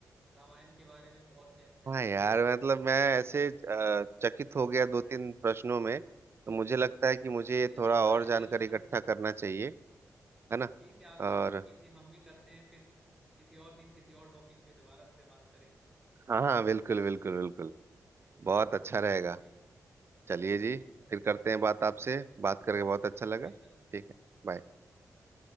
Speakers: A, in the centre; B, on the right.
A: रामायण के बारे में बहुत डेप्थ है मैं
B: यार
A: समझ पा
B: मतलब
A: रहा
B: मैं ऐसे अ,
A: हूँ
B: चकित हो गया दो तीन प्रश्नों में तो मुझे लगता है कि मुझे
A: हाँ ये
B: ये थोड़ा
A: होता
B: और
A: है
B: जानना
A: ये होता है
B: चाहिए है ना
A: ठीक है आप भी
B: और
A: कीजिए हम भी करते हैं फिर किसी और दिन किसी और टॉपिक पे दोबारा से बात करेंगे
B: हाँ हाँ बिल्कुल बिल्कुल बिल्कुल
A: एकदम
B: बहुत अच्छा
A: एकदम
B: रहेगा
A: ठीक
B: चलिए जी
A: एकदम
B: फिर करते हैं
A: ठीक
B: बात आपसे
A: चलिए
B: बात करके बहुत अच्छा लगा
A: एकदम
B: बाय
A: बाय